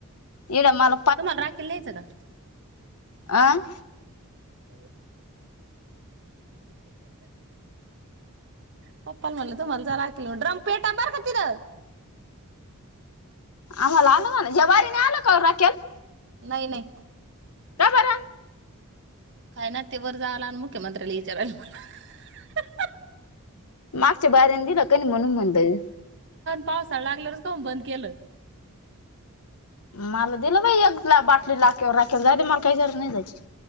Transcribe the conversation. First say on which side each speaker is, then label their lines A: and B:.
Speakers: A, on the left; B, on the right.
A: इड मला
B: तुम्हाला राखेल न्यायचं का
A: आं
B: <inaudible> पप्पा म्हणलं तुमाला जरा आकल ड्रमपेट बर का तिथं
A: आम्हाला आल ना जवारीने आल का रॉकेल
B: नाही- नाही
A: का बंर
B: काय ना तेवर जाला आणि मुख्यमंत्र्याला विचारला
A: मागच्या बारयान दिल होत म्हणून म्हल मी
B: पावसाळ लागल्यावरच काूहुन बंद केलय
A: मला दिलं बाई एक दा बाटली लाकेर राखेला जाऊ दे बाई मला काही गरज नाही जायची